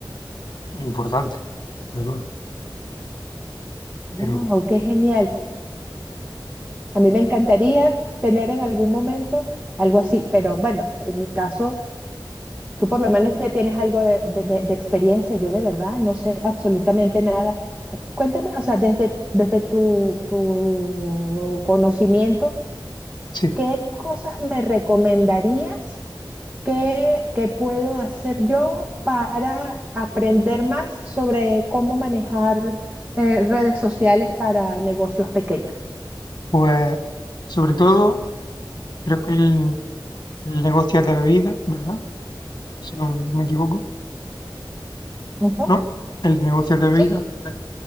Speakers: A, on the left; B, on the right.
A: importante, desde luego.
B: Wow,
A: Pero
B: qué genial. A mí me encantaría tener en algún momento algo así, pero bueno, en mi caso, tú por lo menos ya tienes algo de, de- de- de experiencia, yo de verdad no sé absolutamente nada. Cuéntame, o sea, desde, desde tu, tu conocimiento,
A: sí,
B: ¿qué cosas me recomendarías? que que puedo hacer yo para aprender más sobre cómo manejar eh, redes sociales para negocios pequeños?
A: pues sobre todo creo que el, el negocio de bebidas, ¿verdad? Si no me equivoco,
B: Ujú.
A: ¿no? El negocio de bebidas,
B: Sí.
A: pues